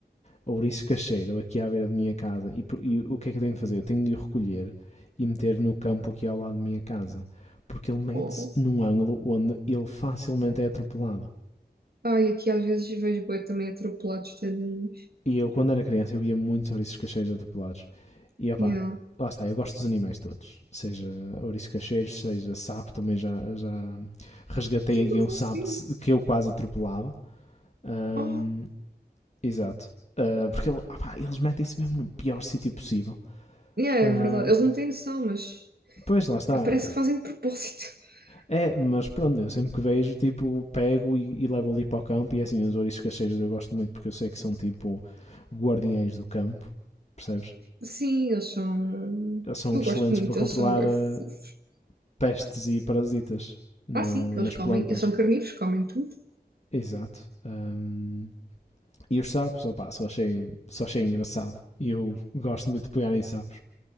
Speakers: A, on the left; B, on the right.
A: Ouriço cacheiro aqui à beira de minha casa. E, por- e o que é que eu tenho de fazer? Eu tenho de o recolher e meter no campo aqui ao lado de minha casa. Porque ele mete-se
B: Oh. oh."
A: num ângulo onde ele facilmente é atropelado.
B: Ai, aqui às vezes vejo bué também atropelados tadinhos.
A: E eu, quando era criança, eu ia muito sobre esses cacheiros atropelados. E opá,
B: Yeah.
A: lá está, eu gosto dos animais todos. Seja ouriços cacheiros, seja sapo, também já, já resgatei
B: Super
A: aqui um
B: fofinho.
A: sapo de- que eu quase atropelava. Ahm,
B: Oh.
A: exato. Ah, porque ele- opá, eles metem-se mesmo no pior sítio possível.
B: Yeah,
A: Ah,
B: é verdade. Eles não têm noção, mas
A: pois, lá está.
B: parece que fazem de propósito. <laughs>
A: É, mas pronto, eu sempre que vejo, tipo, pego e, e levo ali para o campo. E assim, os ouriços cacheiros eu gosto muito porque eu sei que são tipo guardiães do campo, percebes?
B: Sim, eles são.
A: eh, são
B: Eu
A: excelentes
B: gosto muito,
A: para controlar
B: eles são bué
A: eh,
B: fofos.
A: pestes e parasitas no-
B: Ah, sim, que
A: nas
B: eles comem.
A: plantas.
B: Eles são carnívoros, comem tudo.
A: Exato. Ahm, e os sapos, opá, só achei, só achei engraçado. E eu gosto muito de pegar em sapos.